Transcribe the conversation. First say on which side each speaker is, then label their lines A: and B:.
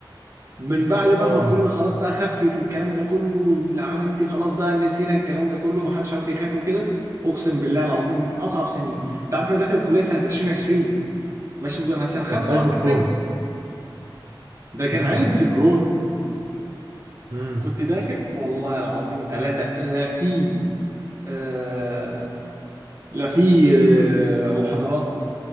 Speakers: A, on the right; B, on the right.
A: من بعد بقى
B: اه
A: ما الكورونا خلاص بقى خفت والكلام ده كله والعالم دي خلاص بقى نسينا الكلام ده كله ما حدش عاد بيخاف وكده اقسم بالله العظيم اصعب سنين انت عارف انا داخل الكليه سنه 2020 ماشي انا في سنه
B: انت
A: خمسه
B: في قلب
A: واخر
B: وشغل البروف
A: ترم ده كان
B: امم
A: عز كورونا
B: امم
A: كنت داخل والله العظيم ثلاثه لا في آه لا في آه محاضرات